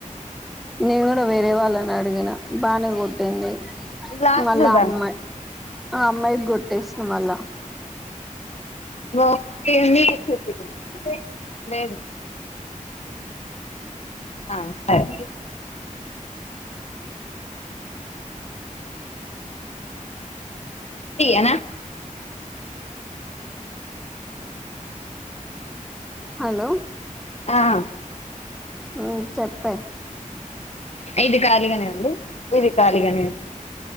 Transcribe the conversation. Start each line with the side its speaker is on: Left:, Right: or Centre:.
Centre: నేనుకూడు వేరే వాళ్ళనడిగినా బానే గొడ్ టెన్ ఏ
Left: లాస్ట్
Centre: హ్మ్ మళ్ళా
Left: చూద్దాం
Centre: అమ్మాట్, ఆ అమ్మాయికి గొట్టేస్తు మళ్ళా
Left: బొమ్మాదే ఉంది చూప్పియకొండా లేదు. ఆ సరే ఈయనా
Centre: హలో
Left: ఆ
Centre: హ్మ్మ్ చెప్పే
Left: ఇది ఖాళీగనే ఉంది. ఇది ఖాళీగనే